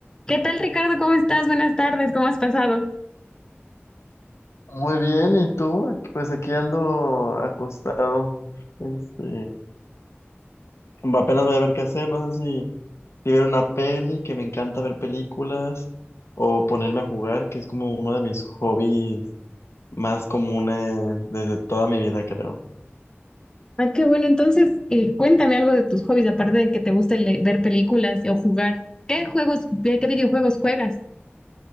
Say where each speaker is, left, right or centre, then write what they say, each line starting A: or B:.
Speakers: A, on the left; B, on the left.
A: ¿Qué tal, Ricardo? ¿Cómo estás? Buenas tardes, ¿cómo has pasado?
B: Muy bien, ¿y tú? Aquí- Pues aquí ando acostado. Este, apenas voy a ver qué hacer, no sé si, si ver una peli, que me encanta ver películas, o ponerme a jugar, que es como uno de mis hobbies más comunes desde toda mi vida, creo.
A: Ah, qué bueno. Entonces, eh, cuéntame algo de tus hobbies, aparte de que te guste le- ver películas y- o jugar. ¿Qué juegos, de qué videojuegos juegas?